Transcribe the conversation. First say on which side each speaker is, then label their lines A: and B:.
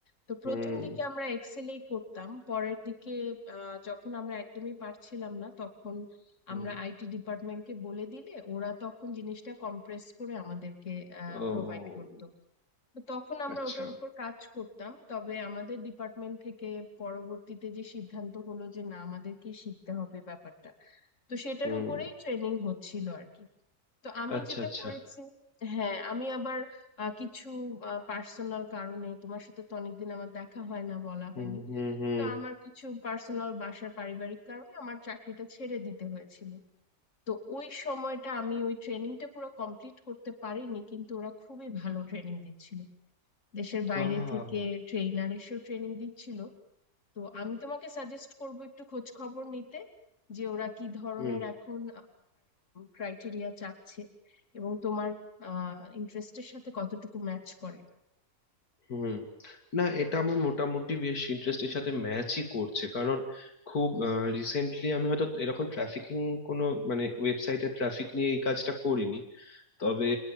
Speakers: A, on the left; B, on the left.
A: তো প্রথম
B: হুম
A: দিকে আমরা এক্সেলেই করতাম পরের দিকে আহ, যখন আমরা একদমই পারছিলাম না তখন
B: হুম
A: আমরা আইটি ডিপার্টমেন্টকে বলে দিলে ওরা তখন জিনিসটা কম্প্রেস করে আমাদেরকে
B: ও
A: প্রোভাইড করতো তো তখন আমরা
B: আচ্ছা
A: ওটার উপর কাজ করতাম তবে আমাদের ডিপার্টমেন্ট থেকে পরবর্তীতে যে সিদ্ধান্ত হলো যে না আমাদেরকে শিখতে হবে ব্যাপারটা তো সেটার
B: হুম
A: উপরেই ট্রেনিং হচ্ছিল আর কি তো আমি
B: আচ্ছা
A: যেটা
B: আচ্ছা
A: করেছি হ্যাঁ আমি আবার আহ, কিছু পার্সোনাল কারণে তোমার সাথে তো অনেকদিন আমার দেখা হয় না বলা
B: হুম
A: হয়নি
B: হুম হুম
A: তো আমার কিছু পার্সোনাল বাসার পারিবারিক কারণে আমার চাকরিটা ছেড়ে দিতে হয়েছিল তো ওই সময়টা আমি ওই ট্রেনিংটা পুরো কমপ্লিট করতে পারিনি কিন্তু ওরা খুবই ভালো ট্রেনিং দিচ্ছিল দেশের বাইরে
B: আহ,
A: থেকে ট্রেইনার এসেও ট্রেনিং দিচ্ছিল তো আমি তোমাকে সাজেস্ট করব একটু খোঁজ খবর নিতে যে ওরা কি ধরনের
B: হুম
A: এখন ক্রাইটেরিয়া চাচ্ছে এবং তোমার ইন্টারেস্টের সাথে কতটুকু ম্যাচ করে
B: হুম না এটা আমার মোটামুটি বেশ ইন্টারেস্টের সাথে ম্যাচই করছে কারণ খুব রিসেন্টলি আমি হয়তো এরকম ট্রাফিকিং কোনো মানে ওয়েবসাইটে ট্রাফিক নিয়ে এই কাজটা করিনি তবে